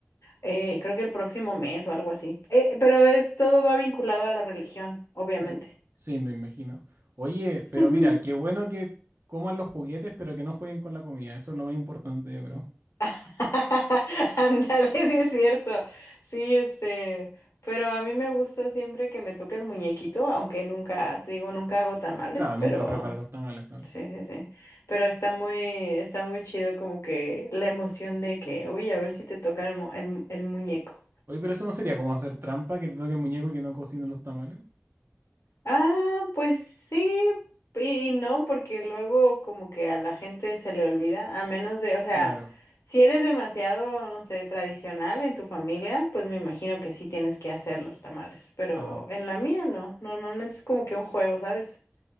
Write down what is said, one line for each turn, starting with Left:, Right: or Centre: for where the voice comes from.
Left: eh, creo que el próximo mes o algo así. Eh, pero es todo va vinculado a la religión, obviamente.
Right: Mm, Sí, me imagino. Oye,
Left: <laughs>
Right: pero mira, qué bueno que coman los juguetes, pero que no jueguen con la comida. Eso es lo más importante, yo creo.
Left: <laughs> Ándale, sí es cierto. Sí, este, pero a mí me gusta siempre que me toque el muñequito, aunque nunca, te digo, nunca hago tamales,
Right: Claro, nunca
Left: pero
Right: preparar los tamales, claro.
Left: sí, sí, sí. Pero está muy, está muy chido como que la emoción de que, uy, a ver si te toca el, mu- el, el muñeco.
Right: Oye, pero eso no sería como hacer trampa, que te toque el muñeco y que no cocine los tamales.
Left: Ah, pues sí y y no, porque luego como que a la gente se le olvida, al menos de, o sea,
Right: Claro.
Left: si eres demasiado, no sé, tradicional en tu familia, pues me imagino que sí tienes que hacer los tamales, pero
Right: Ajá.
Left: en la mía no, normalmente es como que un juego, ¿sabes?